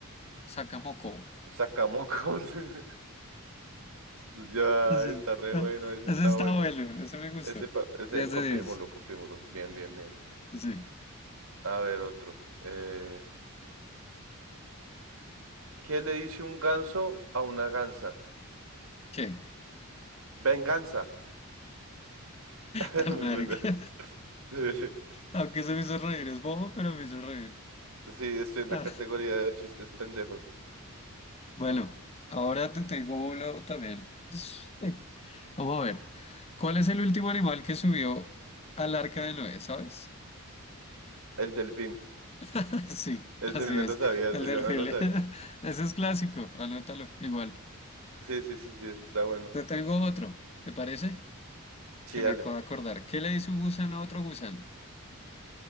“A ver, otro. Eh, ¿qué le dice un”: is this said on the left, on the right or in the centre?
Right